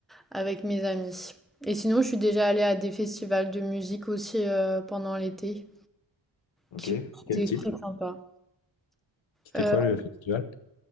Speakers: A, in the centre; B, on the left.
A: avec mes amis. Et sinon, je suis déjà allée à des festivals de musique aussi euh, pendant l'été,
B: Ok.
A: qui
B: Quel
A: étaient
B: type?
A: très sympas.
B: C'était
A: Euh,
B: quoi le festival?